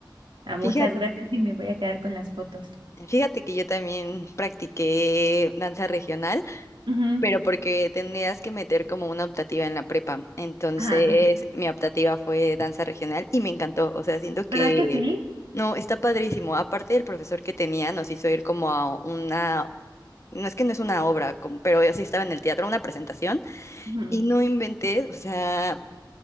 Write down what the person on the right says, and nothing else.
a muchas
gracias y me voy a quedar con las fotos.
Ujú,
Ajá.
¿Verdad que sí?
Ujú,